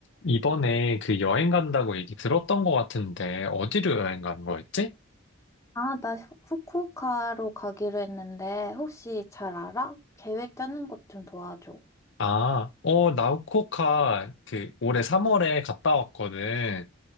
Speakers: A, on the left; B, on the left.
A: 이번에 그 여행 간다고 얘기 들었던 것 같은데, 어디로 여행 간 거였지?
B: 아, 나 후- 후쿠오카로 가기로 했는데, 혹시 잘 알아? 계획 짜는 것 좀 도와줘.
A: 아, 어, 나우코카 그 올해 3월에
B: 어,
A: 갔다 왔거든.